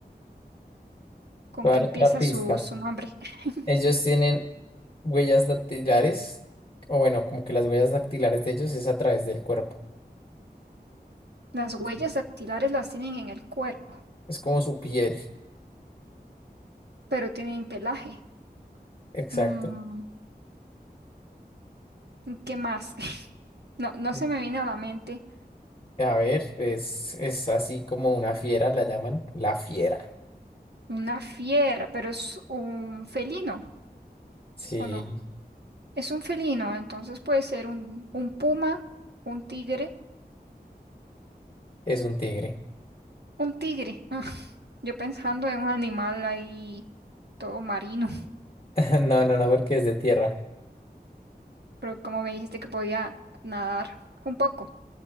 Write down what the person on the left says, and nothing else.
<laughs>
Voy
a dar
otra pista.
Ellos tienen huellas dactilares, o bueno, como que las huellas dactilares de ellos es a través del cuerpo.
Es
es como su piel.
Exacto.
Mm.
A ver, es, es así como una fiera, la llaman la fiera.
Sí,
es un tigre.
<laughs> No, no, no, porque es de tierra.